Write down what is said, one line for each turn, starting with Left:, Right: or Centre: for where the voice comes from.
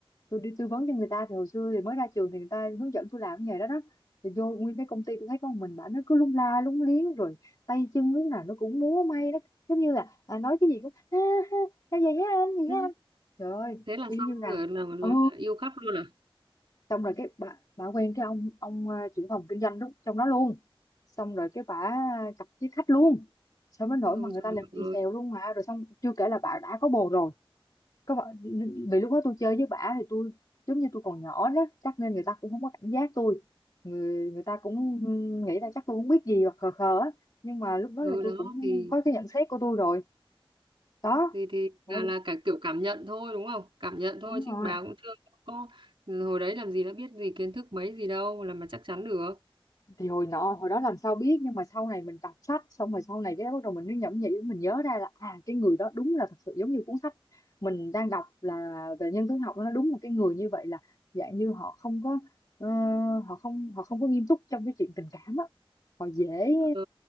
Left: tôi đi tư vấn cho người ta thì hồi xưa thì mới ra trường thì người ta hướng dẫn tôi làm cái nghề đó đó thì vô nguyên cái công ty tôi thấy con mình bà nó cứ lung la lung liếng rồi tay chân lúc nào nó cũng múa may đó giống như là à, nói cái gì cũng ha ha ha vậy hả anh vậy
Right: thế
Left: hả anh trời ơi
Right: thế là
Left: y
Right: xong
Left: như rằng
Right: rồi là, là,
Left: ừ
Right: là yêu khắp luôn à
Left: xong rồi cái bà bà quen cái ông ông à, trưởng phòng kinh doanh lúc trong đó luôn xong rồi cái bà chọc với khách luôn xong đến nỗi mà
Right: Ôi
Left: người
Right: trời
Left: ta làm y
Right: ơi
Left: xèo luôn mà rồi xong chưa kể là bà đã có bồ rồi có vợ vì lúc đó tôi chơi với bả thì tôi giống như tôi còn nhỏ đó chắc nên người ta cũng không có cảnh giác tôi người người ta cũng ừm, nghĩ là chắc tôi không biết gì hoặc khờ khờ á nhưng mà lúc đó
Right: ừ,
Left: là tôi
Right: đó
Left: cũng
Right: thì
Left: có cái nhận xét của tôi rồi đó
Right: thì thì
Left: Ôi,
Right: là là cả kiểu cảm nhận thôi đúng không cảm nhận thôi
Left: đúng rồi
Right: chứ bà cũng chưa có ừ, hồi đấy làm gì đã biết gì kiến thức mấy gì đâu làm mà chắc chắn được
Left: thì hồi nọ hồi đó làm sao biết nhưng mà sau này mình đọc sách xong rồi sau này cái bắt đầu mình mới nhẩm nhĩ mình nhớ ra là à cái người đó đúng là thật sự giống như cuốn sách mình đang đọc là về nhân tướng học nó đúng là cái người như vậy là dạng như họ không có ờ, họ không họ không có nghiêm túc trong cái chuyện tình cảm á họ dễ
Right: ờ,